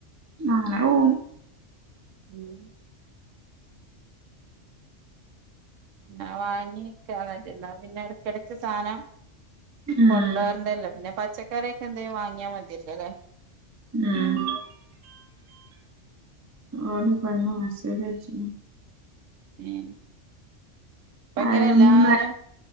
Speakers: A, on the right; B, on the right.
A: അങ്ങനെ
B: ഉം
A: പോവും
B: ഉം ആഹ് വാങ്ങിവെക്ക <unintelligible> ന്ന പിന്നെ ഇടക്കിടക്ക് സാധനം
A: ഉം
B: കൊണ്ടോരണ്ടല്ലോ പിന്നെ പച്ചക്കറിന്റെ എന്തേ വാങ്ങിയാ മതില്ലോ അല്ലേ
A: ഉം ഒര് പെണ്ണ് മെസേജ് അയച്ച്
B: ഉം ഇപ്പ ഇങ്ങനെ
A: അത്
B: എല്ലാരും
A: ഇമ്മ